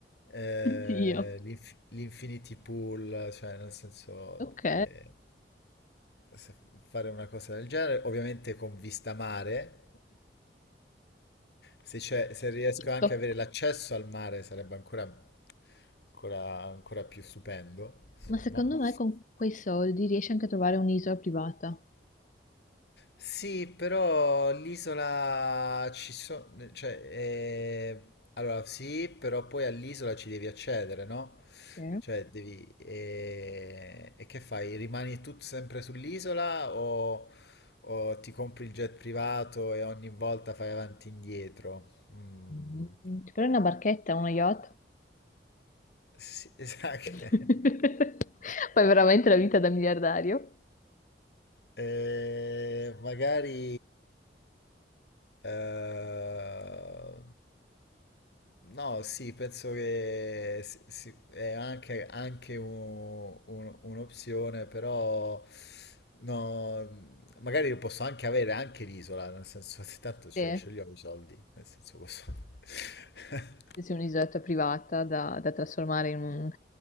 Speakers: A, on the left; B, on the left.
A: eh,
B: Dio.
A: l'inf- l'infinity pool, cioè nel senso
B: Ok.
A: eh, se- fare una cosa del genere, ovviamente con vista mare, se, c'è- se riesco
B: Giusto.
A: anche ad avere l'accesso al mare sarebbe ancora, ancora, ancora più stupendo, insomma.
B: Ma secondo me con quei soldi riesci anche a trovare un'isola privata.
A: Sì, però l'isola ci sono, cioè, eh, allora sì, però poi all'isola ci devi accedere, no?
B: Sì.
A: Cioè, devi, eh, e che fai? Rimani tu sempre sull'isola o, o ti compri il jet privato e ogni volta fai avanti e indietro? Mm.
B: Mm, Ti prendi una barchetta, uno yacht?
A: Sì, <laughs> esatto.
B: <laughs> Fai veramente la vita da miliardario?
A: Eh, magari eh, no, sì, penso che si- si- è anche, anche un- un- un'opzione, però no, magari lo posso anche avere anche l'isola, nel senso, <laughs> se tanto ce,
B: Sì,
A: ce li ho i soldi, nel senso posso. <laughs>
B: se sei un'isoletta privata da, da trasformare in un,